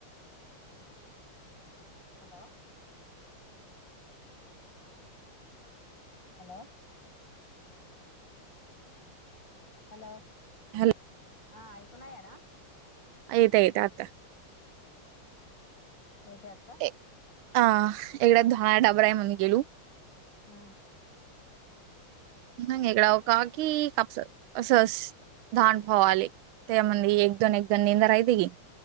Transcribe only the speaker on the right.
<unintelligible>
येत येत आता
येते. अ एकड्या दहा डाबरा आहे म्हणून गेलू.
आणि एक डाव कावा की अस असस दाखवायल. त्या म्हणली एक दोन एक निंदा कर आहेत की.